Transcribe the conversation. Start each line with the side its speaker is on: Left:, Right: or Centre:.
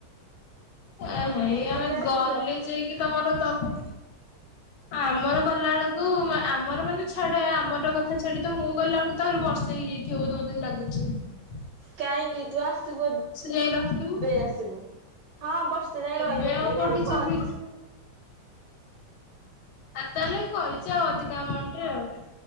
Left: ଆ ହେ
Right: ତମର
Left: ଏଇ
Right: କେବେ
Left: ଆମେ ଗଲେ
Right: ଆସିବ?
Left: ଯାଇକି ତମର ଦବ। ଆମର ଗଲାବେେଳକୁ, ଆମର ମାନେ ଛାଡେ ଆମର କଥା ଛାଡି ତ ମୁଁ ଗଲାବେେଳକୁ ତ ଆହୁରି ବର୍ଷ ହେଇଛି। କେଉ ଦୋ ଦିନ ଲାଗଗୁଛି <unintelligible>
Right: କାହିଁକି ତୁ ଆସିବୁ,
Left: ଯାଏ ରଖିବୁ।
Right: ଏବେ ଆସିବୁ, ହଁ ବ ସେ ଯାଇଏ
Left: ଏବେ
Right: ରହିବନି
Left: ଆଉ
Right: କାହିଁକି?
Left: କୋଉଠି
Right: ଆମେ
Left: ଯିବି
Right: କରିଛୁ ସେମତି
Left: ଆଉ ତାହେଲେ କରିଛ ଆଉ ଅଧିକା ଆମାଉଣ୍ଟରେ ଆଉ